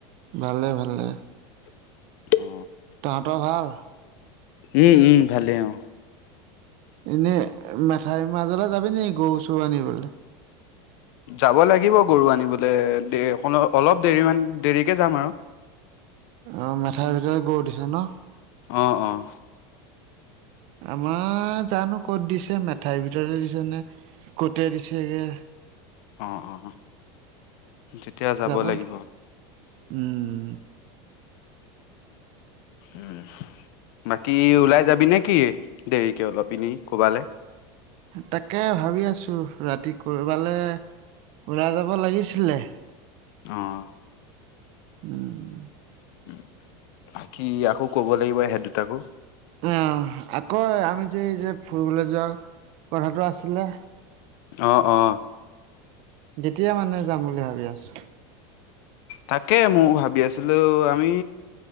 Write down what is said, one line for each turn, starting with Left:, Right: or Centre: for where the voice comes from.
Right: ভালে ভালে
Left: অ
Right: তাহাঁতৰ ভাল
Left: উম উম ভালে অ
Right: এনে মেথাই মাজলৈ যাবি নেকি গৰু চৰু আনিবলে
Left: যাব লাগিব গৰু আনিবল দে অ অলপ দেৰি মান দেৰিকে যাম আৰু
Right: অ মেথাই ভিতৰত গৰু দিছ‌ ন
Left: অঁ অঁ
Right: আমাৰ জানো ক'ত দিছে মেঠাইৰ ভিতৰতে দিছে নে কতে দিছেগে
Left: অ অ যেতিয়া যাব
Right: যাবলে
Left: লাগিব
Right: উম
Left: উ বাকী ওলাই যাবি নে কি দেৰিকে অলপ এনে কবালে
Right: তাকে ভাবি আছো ৰাতি কবালে ওলাই যাব লাগিছিলে
Left: অঁ
Right: উম
Left: উ বাকি আকৌ কব লাগিব সেই দুটাকো
Right: অ আকৌ আমি যে এই যে ফুৰিবলৈ যোৱাও কথাটো আছিলে
Left: অ অ
Right: যেতিয়া মানে যাম বুলি ভাবি আছা
Left: তাকে মোৱো ভাবি আছিলো আমি